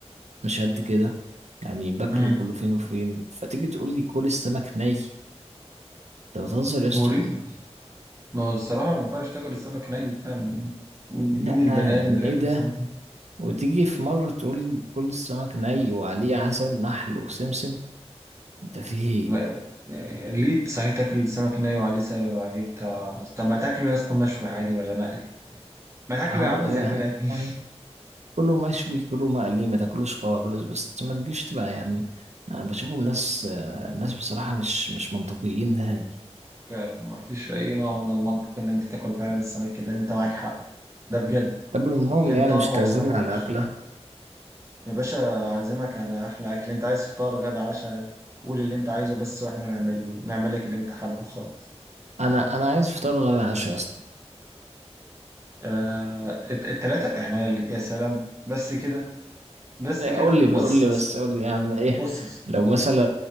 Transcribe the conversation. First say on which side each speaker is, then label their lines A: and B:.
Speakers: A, on the right; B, on the right.
A: مش قد كده يعني باكله
B: امم
A: كله فين وفين فتيجي تقول لي كل السمك ني أنت بتهزر يا اسطى
B: مريب ما هو الصراحه ما ينفعش تاكل السمك ني فعلا يعني. مين
A: لأ
B: مين البني
A: يعني
B: ادم اللي
A: إيه
B: ياكل
A: ده
B: سمك
A: وتيجي في مرة تقول لي كل السمك ني وعليه عسل نحل وسمسم أنت في إيه؟
B: ما- يعني ليه صحيح تاكل السمك ني وعليه سبب وعليه بتاع طب ما تاكله يا اسطى مشوي عادي ولا مقلي ما تاكله
A: أه
B: يا عم
A: يعني
B: زي البني ادمين
A: يعني كله مشوي كله مقلي ما تاكلوش خالص بس ما تجيش تبقى يعني أنا بشوفهم ناس آه، ناس بصراحة مش مش منطقيين نهائي
B: <laughs> فعلا ما فيش اي نوع من المنطق ان انت تاكل فعلا السمك كده انت معاك حق ده بجد
A: طب المهم
B: كان
A: يعني
B: طعمه
A: مش تعزمني
B: اصلا وحش
A: على أكلة
B: يا باشا عازمك على احلى اكل انت عايز فطار غدا عشاء قول اللي انت عايزه بس واحنا نعمله نعمل لك اللي انت حابه خالص
A: أنا أنا عايز فطار غدا عشاء أصلا
B: آه الت- التلاتة احنا اللي- يا سلام بس كده بس
A: إيه،
B: كده
A: قول لي قول
B: بص
A: لي
B: بص
A: بس قول لي أعمل إيه
B: بص بص
A: لو مثلا